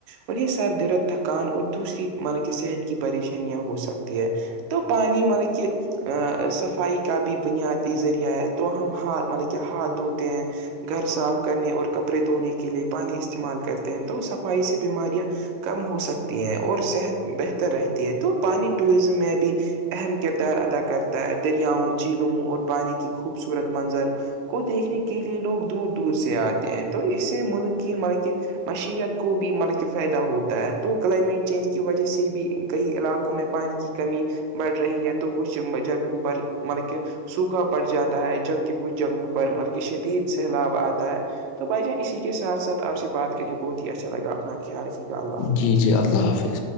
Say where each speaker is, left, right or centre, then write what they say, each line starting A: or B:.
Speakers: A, on the right (about 80°); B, on the left (about 85°).
A: انہیں سر در تھکان اور دوسری مط کہ صحت کی پریشانیاں ہو سکتی ہے تو پانی مطلب کہ ا صفائی کا بھی بنیادی ذریعہ ہے تو ہم ہات مطلب کہ ہاتھ دھوتے ہیں گھر صاف کرنے اور کپڑے دھونے کے لیے پانی استعمال کرتے ہیں تو سب صفائی سی بیماریاں کم ہو سکتی ہیں اور صحت بہتر رہتی ہے تو پانیٹوریزم میں بھی اہم کردار ادا کرتا ہے دریاں جھیلوں اور پانی کی خوبصورت منظر کو دیکھنے کے لیے لوگ دور دور سے آتے ہیں تو اس سے ملک کی م مشت کو بھی مطلب کہ فائدہ ہوتا ہے تو کلائمیٹ چینج کی وجہ سے بھی کئی علاقوں میں پانی کی کمی بڑھ رہی ہے تو کچھ جگہوں پر مطلب کہ سوکھا پڑ جاتا ہے جبک کچھ جگہوں پر مطلب کہ شدید سیلاب آتا ہے تو بھائی جان اسی کے ساتھ ساتھ آپ سے بات کر کے بہت ہی اچھا لگا اپنا خیال رکھیے گا اللہ حافظ
B: جی جی اللہ حافظ